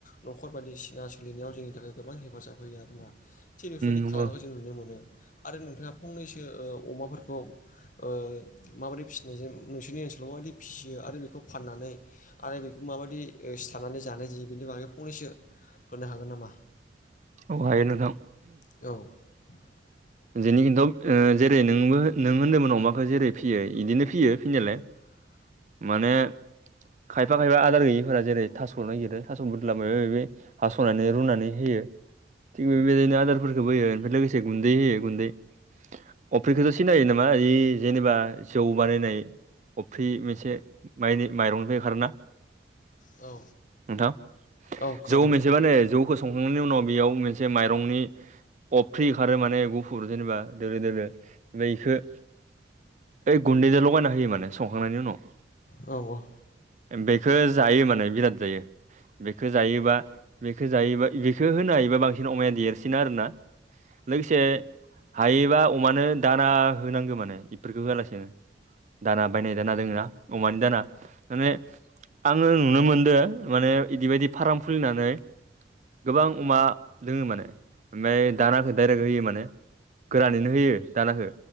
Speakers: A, on the left; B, on the right.
A: न'खर बायदिसिना सोलिनायाव जोंनि थाखाय गोबां हेफाजाब होयो आरोना। थिग बेफोरनि
B: नंगौ
A: खालामनायखौ जों नुनो मोनो आरो नोंथाङा फंनैसो ओ अमाफोरखौ ओ माबोरै फिसिनायजों नोंसोरनि ओनसोलाव माबायदि फिसियो आरो बेखौ फाननानै आरो बेखौ माबायदि ओ सिथारनानै जानाय जायो बेनि बागै फंनैसो होनो हागोन नामा?
B: औ हायो नोंथां।
A: औ। <inaudible>
B: जोंनि खिन्थु ओ जेरै नोंबो नों होन्दोंमोन अमाखौ जेरै फियो बिदिनो फियो फिनायालाय।
A: <inaudible>
B: माने खायफा खायफा आदार गैयैफोरा जेरै थास' नागिरो थास' बुरला माबा माबि हास'नानै रुनानै होयो। थिग बेबायदिनो आदारफोरखोबो होयो। लोगोसे गुन्दै होयो गुन्दै। अफ्रिखौथ' सिनायो नामा ओइ जेनेबा जौ बानायनाय अफ्रि मोनसे माइनि माइरंनिफ्राय ओंखारोना
A: औ
B: नोंथां।
A: औ खोनादों
B: जौ मोनसेबा नै जौखौ संखांनायनि उनाव बेयाव मोनसे माइरंनि अफ्रि ओंखारो माने गुफुर जेनेबा दोलो दोलो बैखो ओइ गन्दैजों लगायना होयो माने संखांनायनि उनाव।
A: औ औ
B: बेखौ जायो माने बिराद जायो बेखौ जायोबा बेखौ जायोबा बेखौ होनो हायोबा बांसिन अमाया देरसिनो आरो ना। लोगोसे हायोबा अमानो दाना होनांगौ माने इफोरखौ होआ लासि उम दाना बायनाय दाना दो ना अमानि दाना माने आङो नुनो मोनदों माने इदिबायदि फाराम खुलिनानै गोबां अमा दोङो माने ओमफ्राय दानाखौ डाइरेक्ट होयो माने गोरानैनो होयो दानाखौ